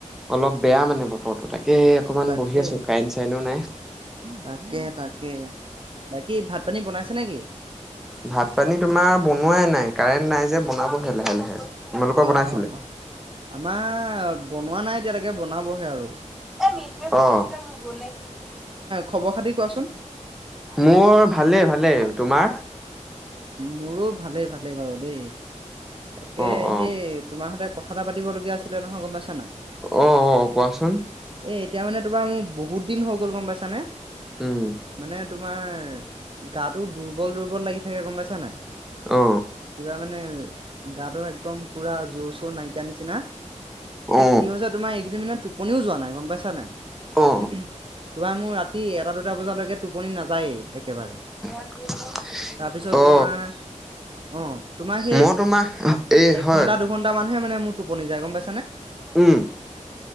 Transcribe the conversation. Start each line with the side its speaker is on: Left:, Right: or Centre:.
Centre: অলপ বেয়া মানে বতৰটো তাক তাকে অকমান
Right: তাকে
Centre: বহি আছোঁ। কাইন চাইনো নাই।
Right: তাকে তাকে বাকী ভাত পানী বনাইছে নেকি?
Centre: ভাত পানী তোমাৰ বনোৱাই নাই, কাৰেণ্ট নাই যে, বনাবহে লাহে লাহে। তোমালোকৰ বনাইছিলে
Right: অ', অ', অ' আমাৰ বনোৱা নাই এতিয়ালৈকে, বনাবহে আৰু।
Centre: অ'।
Right: খব খাতি কোৱাচোন?
Centre: মোৰ ভালে ভালেই তোমাৰ।
Right: মোৰোঁ ভালেই ভালেই বাৰু দেই, তাকে
Centre: অ অ
Right: সি তোমাৰহঁতে কথা এটা পাতিবলগীয়া আছিলে নহয় গমপাইছা নাই?
Centre: অ অ কোৱাচোন
Right: এই এতিয়া মানে তোমাৰ মোৰ বহুত দিন হৈ গ'ল গম পাইছানে
Centre: উম
Right: মানে তোমাৰ গাটো দুৰ্বল দুৰ্বল লাগি থাকে গম পাইছা নাই
Centre: অ
Right: কিবা মানে নে গাটো একদম পুৰা জোৰ চোৰ নাইকিয়া নিচিনা
Centre: অ
Right: এ' কি হৈছে তোমাৰ এগিদিন মানে টোপনিও যোৱা নাই গম পাইছা নাই। তোমাৰ
Centre: অ
Right: মোৰ ৰাতি এটা দুটা বজালৈকে টোপনি নাযায়েই একেবাৰে।
Centre: <inaudible>
Right: তাৰপিছত
Centre: অ
Right: তোমাৰ অ', তোমাৰ সেই
Centre: মই তোমাৰ এই
Right: এ-এঘণ্টা
Centre: হয়
Right: দুঘন্টা মানহে মানে মোৰ টোপনি যায় গম পাই
Centre: উম।